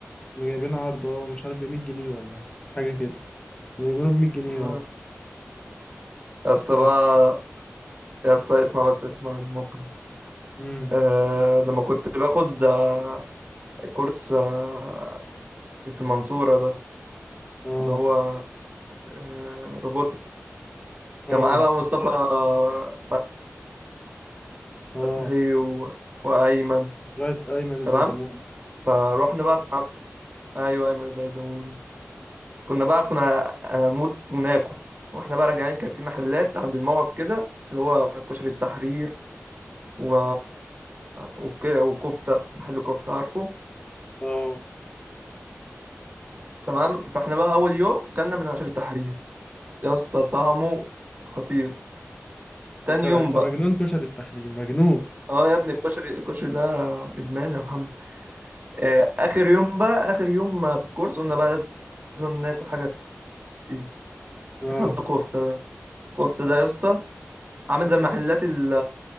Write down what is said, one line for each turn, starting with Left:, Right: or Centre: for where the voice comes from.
Left: كانوا جايبين عرض اه مش عارف ب 100 جنيه ولا حاجه كده كانوا جايبينه ب 100 جنيه
Right: آه.
Left: اه
Right: يا اسطى
Left: ف
Right: بقى يا اسطى اسمع بس اسمع الموقف ده
Left: امم
Right: آه لما كنت باخد آه، كورس آه، في المنصورة ده
Left: اه
Right: اللي هو آه، روبوتكس
Left: اه
Right: كان معاه بقى مصطفى آه،
Left: اه
Right: فتحي و... وأيمن
Left: رايس ايمن الديدامون
Right: تمام فروحنا بقى قعدنا- أيوه أيمن الديدموني كنا بقى كنا هنموت وناكل واحنا بقى راجعين كان في محلات عند الموقف كده اللي هو كشري التحرير و... وك... وكفتة محل كفتة عارفه
Left: اه
Right: تمام فاحنا بقى أول يوم كلنا من كشري التحرير يا اسطى طعمه خطير تاني
Left: انت انت
Right: يوم بقى
Left: مجنون كشري التحرير مجنون
Right: اه يا ابني الكشري الكشري ده ادمان يا محمد آه، اخر يوم بقى اخر يوم في الكورس قلنا بقى لازم ناكل حاجه تقيله
Left: اه
Right: دخلنا كفته كفته ده يا اسطى عامل زي محلات ال-